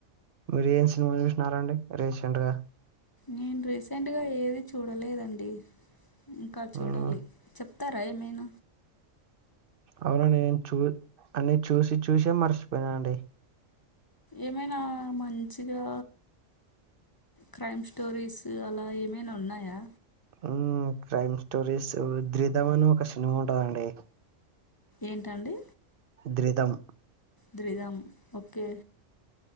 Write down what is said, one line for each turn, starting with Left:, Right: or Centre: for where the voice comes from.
Right: మీరు ఏం సినిమా చూసినారండి రీసెంట్గా
Left: నేను రీసెంట్గా ఏది చూడలేదండి ఇంకా
Right: హ్మ్.
Left: చూడాలి చెప్ త్తర ఏమైన
Right: అవునండి నేను చూ అన్ని చూసి చూసే మర్చిపోయినా అండి
Left: ఏమైనా మంచిగా క్రైమ్ స్టోరీస్ అలా ఏమైనా ఉన్నాయా
Right: ఉమ్ క్రైమ్ స్టోరీసు ద్రిదం అని ఒక సినిమా ఉంటాదండి
Left: ఎంటండి
Right: ద్రిదం
Left: ద్రిదం ఓకే